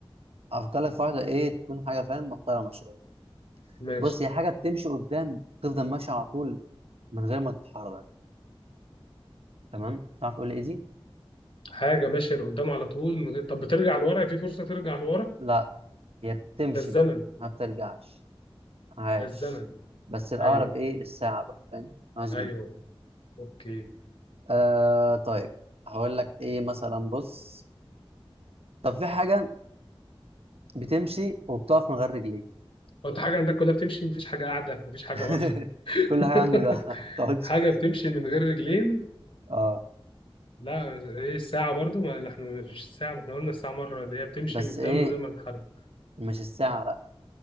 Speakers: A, on the right; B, on the left.
A: افكر لك في واحده ايه تكون حاجه فاهم محترمه شويه
B: ماشي
A: بص هي حاجه بتمشي قدام تفضل ماشيه على طول من غير ما تتحرك تمام تعرف تقول لي ايه دي
B: حاجه ماشيه لقدام على طول من غير طب بترجع لورا في فرصه ترجع لورا
A: لا هي بتمشي
B: ده الزمن
A: ما بترجعش عاش
B: ده الزمن
A: بس الاقرب
B: ايوه
A: ايه الساعه بقى فاهم عاش
B: ايوه
A: جدا
B: اوكي
A: أه... طيب هقول لك ايه مثلا بص طب في حاجه بتمشي وبتقف من غير رجلين
B: هو انت حاجه عندك كلها بتمشي مفيش حاجه قاعده مفيش حاجه
A: <laughs>
B: واقفه
A: كل حاجه عندي
B: <laughs>
A: ده <laughs> ما بتقعدش
B: حاجه بتمشي من غير رجلين
A: اه
B: لا مش- ايه الساعه برضو ما احنا مفيش الساعه ما احنا قلنا الساعه مره اللي هي بتمشي
A: بس
B: قدام
A: ايه
B: من غير ما تتحرك
A: مش الساعه لا